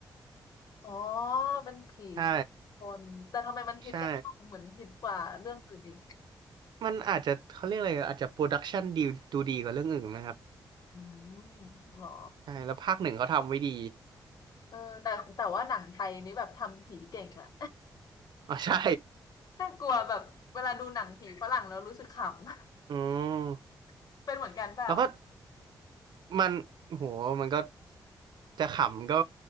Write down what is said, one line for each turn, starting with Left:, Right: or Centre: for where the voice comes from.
Left: อ๋อเป็นผีสิบคนแต่ทำไมมันฮิตกันจังเหมือนฮิตกว่าเรื่องอื่นอีก
Right: ใช่ใช่มันอาจจะเขาเรียกอะไรอาจจะโปรดักชันดีดูดีกว่าเรื่องอื่นนะครับ
Left: อืมเหรอ
Right: ใช่แล้วภาคหนึ่งเขาทำไว้ดี
Left: เออแต่แต่ว่าหนังไทยนี่แบบทำผีเก่งอ่ะ
Right: อ๋อใช่
Left: <laughs> น่ากลัวแบบเวลาดูหนังผีฝรั่งแล้วรู้สึกขำ
Right: อืม
Left: <laughs> เป็นเหมือนกันเปล่า
Right: แล้วก็มันโหมันก็จะขำก็